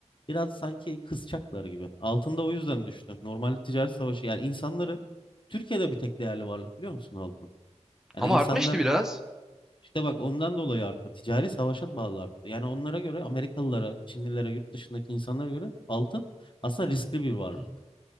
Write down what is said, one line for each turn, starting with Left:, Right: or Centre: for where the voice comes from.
Left: Biraz sanki kısacaklar gibi. Altında o yüzden düştü. Normalde ticaret savaşı yani insanların Türkiye'de bir tek değerli varlık biliyor musun altın? Yani
Centre: Ama
Left: insanlar
Centre: artmıştı biraz.
Left: işte bak ondan dolayı arttı. Ticari savaşa bağlı arttı. Yani onlara göre Amerikalılara, Çinlilere, yurt dışındaki insanlara göre altın aslında riskli bir varlık.
Centre: Hı hı.